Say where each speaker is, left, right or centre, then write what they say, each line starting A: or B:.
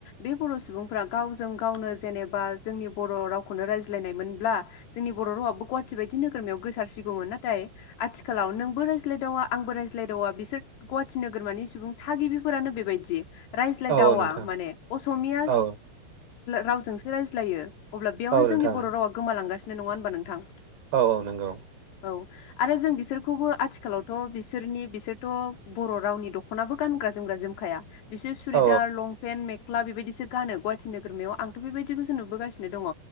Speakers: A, on the left (about 80°); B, on the right (about 75°).
A: बे बर' सुबुंफोरा्रा गावजों गावनो जेनेबा जोंनि बर' रावखौनो रायज्लायनायमोनब्ला जोंनि बर' रावाबो गुवाहाटि बायदि नोगोरमायाव गोसारसिगौमोन नाथाय आथिखालाव नोंबो रायज्लायदावा आंबो रायज्लायदावा बिसोर गुवाहाटि नोगोरमानि सुबुं थागिबिफोरानो बेबायदि रायज्लायदावा
B: औ औ नोंथां
A: माने असमिया
B: औ
A: रावजोंसो रायज्ल ज्लायो अब्ला बेयावनो
B: औ नोंथां
A: जोंनि बर' रावा गोमालांगासि नो नङा होनबा नोंथां
B: औ औ नंगौ
A: औ आरो जों बिसोरखौबो आथिखालावथ' बिसोरनि बिसोरथ' बर' रावनि दख'नाबो गानग्रा जोमग्रा जोमखाया बिसोर सुरिदार
B: औ
A: लंपेन्ट मे सख्ला बेबायदिसो गानो गुवाहाटि नोगोरमायाव आंथ' बेबायदिखौसो नुबोगासिनो दङ